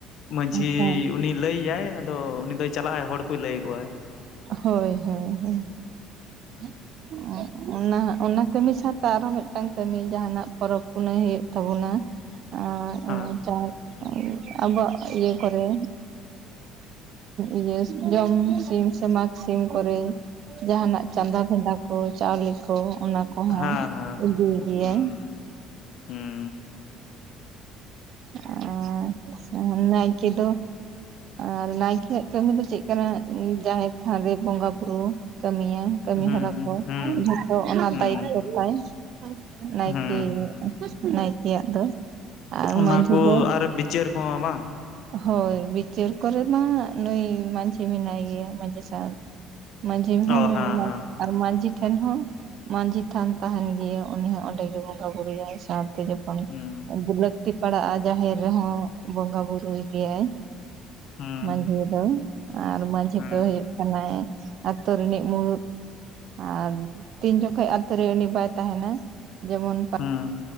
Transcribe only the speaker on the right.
ᱦᱳᱭ
ᱦᱳᱭ ᱦᱳᱭ ᱦᱳᱭ ᱾
ᱚᱱᱟ ᱚᱱᱟ ᱠᱟᱹᱢᱤ ᱥᱟᱶᱛᱮ ᱟᱨᱦᱚᱸ ᱢᱤᱫᱴᱟᱝ ᱠᱟᱹᱢᱤ ᱡᱟᱦᱟ ᱱᱟᱜ ᱯᱚᱨᱚᱵᱽ ᱯᱩᱱᱟᱹᱭ ᱦᱩᱭᱩᱜ ᱛᱟᱵᱚᱱᱟ᱾ ᱟᱨ
ᱚᱱᱮ ᱪᱟᱨ ᱟᱵᱚᱣᱟᱜ ᱤᱭᱟᱹ ᱠᱚᱨᱮ ᱤᱭᱟᱹᱥ ᱡᱚᱢ ᱥᱤᱢ ᱥᱮ ᱢᱟᱜᱽ ᱥᱤᱢ ᱠᱚᱨᱮ ᱡᱟᱦᱱᱟᱜ ᱪᱟᱸᱫᱟ ᱵᱷᱮᱫᱟ ᱠᱚ ᱪᱟᱣᱞᱮ ᱠᱚ ᱚᱱᱟ ᱠᱚ ᱠᱚᱦᱚᱸ
ᱤᱫᱤᱭ ᱜᱮᱭᱟᱭ
ᱟᱸ ᱪᱷᱟ ᱱᱟᱭᱠᱮ ᱫᱚ ᱟᱨ ᱱᱟᱭᱠᱮ ᱭᱟᱜ ᱠᱟᱹᱢᱤ ᱫᱚ ᱪᱮᱫ ᱠᱟᱱᱟ ᱡᱟᱦᱮᱨ ᱛᱷᱟᱱ ᱨᱮ ᱵᱚᱸᱜᱟ ᱵᱩᱨᱩ ᱠᱟᱹᱢᱤ ᱭᱟ᱾ ᱠᱟᱹᱢᱤ
ᱦᱚᱨᱟ ᱠᱚ
ᱡᱚᱛᱚ ᱚᱱᱟ
ᱫᱟᱭᱤᱛᱛᱚ ᱛᱟᱭ ᱱᱟᱭᱠᱮ
ᱱᱟᱭᱠᱮ ᱭᱟᱜ ᱫᱚ᱾ ᱟᱨ
ᱢᱟᱺᱡᱷᱤ
ᱫᱚ
ᱦᱳᱭ ᱵᱤᱪᱟᱹᱨ ᱠᱚᱨᱮ ᱢᱟ ᱱᱩᱭ ᱢᱟᱺᱡᱷᱤ ᱢᱮᱱᱟᱭ ᱜᱮᱭᱟ ᱢᱟᱺᱡᱷᱤ ᱥᱟᱶ ᱢᱟᱺᱡᱷᱤ ᱦᱚᱸ
ᱟᱨ ᱢᱟᱺᱡᱷᱤ ᱴᱷᱮᱱ ᱦᱚᱸ ᱢᱟᱺᱡᱷᱤ ᱛᱷᱟᱱ ᱛᱟᱦᱮᱱ ᱜᱮᱭᱟ ᱩᱱᱤ ᱦᱚᱸ ᱚᱸᱰᱮ ᱜᱮᱭ ᱵᱚᱸᱜᱟ ᱵᱩᱨᱩᱭᱟᱭ ᱥᱟᱶᱛᱮ ᱡᱚ ᱚᱱ
ᱵᱤ ᱞᱟᱹᱠᱛᱤ ᱯᱟᱲᱟᱜᱼᱟ ᱡᱟᱦᱮᱨ ᱨᱮᱦᱚᱸ ᱵᱚᱸᱜᱟ ᱵᱩᱨᱩᱭ ᱜᱮᱭᱟᱭ᱾
ᱢᱟᱺᱡᱷᱤ ᱫᱚ ᱟᱨ ᱢᱟᱺᱡᱷᱤ
ᱫᱚ ᱦᱩᱭᱩᱜ ᱦᱮᱱᱟᱭᱟ ᱟᱛᱳ ᱨᱤᱱᱤᱡ ᱢᱩᱬᱩᱫ ᱟᱨ ᱛᱤᱱ ᱡᱚᱠᱷᱚᱡ ᱟᱹᱛᱳ ᱨᱮ ᱩᱱᱤ ᱵᱟᱭ ᱛᱟᱦᱮᱱᱟ ᱡᱮᱢᱚᱱ